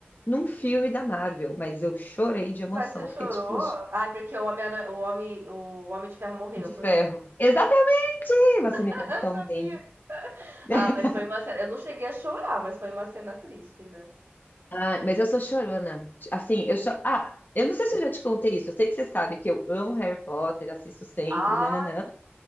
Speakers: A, on the left; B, on the right.
A: num filme da Marvel, mas eu chorei de emoção,
B: Mas você
A: eu
B: chorou?
A: fiquei tipo
B: Ai, porque o homem o homem, o Homem de Ferro morreu
A: de
B: por
A: ferro.
B: isso.
A: Exatamente! Você me
B: <laughs>
A: conhece
B: Eu
A: tão
B: sabia.
A: bem. <laughs>
B: Ah, mas foi uma cena. Eu não cheguei a chorar, mas foi uma cena triste, né?
A: Ah, mas eu sou chorona. Assim, eu cho... Ah, eu não sei se eu já te contei isso. Eu sei que você sabe que eu amo Harry Potter, assisto sempre,
B: Ai,
A: nananã.